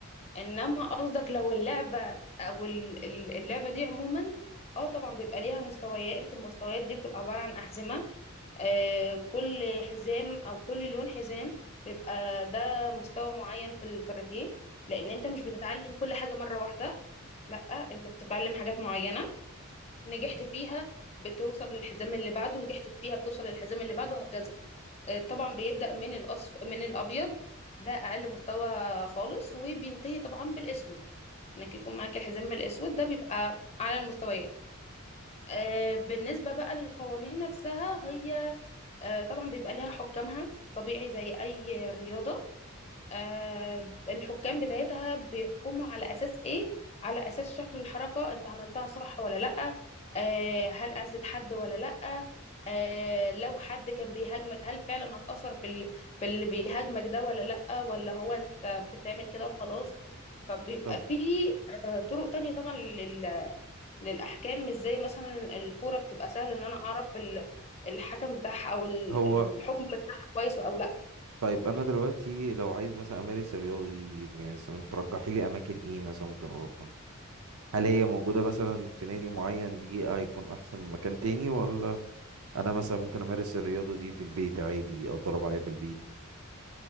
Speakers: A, on the left; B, on the right.
A: إنما قصدك لو اللعبة أو ال- ال- اللعبة دي عموما اه طبعا بيبقى ليها مستويات المستويات دي بتبقى عبارة عن أحزمة آه كل حزام أو كل لون حزام بيبقى ده مستوى معين في الكاراتيه لأن أنت مش بتتعلم كل حاجة مرة واحدة لا انت بتتعلم حاجات معينة نجحت فيها بتوصل للحزام اللي بعده نجحت فيها بتوصل للحزام اللي بعده وهكذا آه، طبعا بيبدأ من الأصف من الأبيض ده أقل مستوى خالص وبينتهي طبعا بالأسود إنك يكون معاك الحزام الأسود ده بيبقى على المستويات آه، بالنسبة بقى للقوانين نفسها هي آه، طبعا بيبقى لها حكامها طبيعي زي أي رياضة آه، الحكام بتاعتها بيحكموا على اساس ايه على اساس شكل الحركه انت عملتها صح ولا لا آه، هل اذت حد ولا لا آه، لو حد كان بيهاجمك هل فعلا هتأثر في ال- في اللي بيهاجمك ده ولا لا ولا هو انت بتعمل كده وخلاص فبيبقى
B: طب
A: في آه، طرق تانية طبعا لل- للأحكام مش زي مثلا الكورة بتبقى سهل إن أنا أعرف ال- الحكم بتاعها أو ال-
B: هو
A: الحكم بتاعها كويس أو لأ
B: طيب انا دلوقتي لو عايز مثلا امارس الرياضه دي يعني مثلاً ترجحي لي اماكن ايه مثلا ممكن اروحها هل هي موجوده مثلا في نادي معين دي هيكون احسن من مكان تاني ولا انا مثلا ممكن امارس الرياضه دي في البيت عادي اتدرب عليها في البيت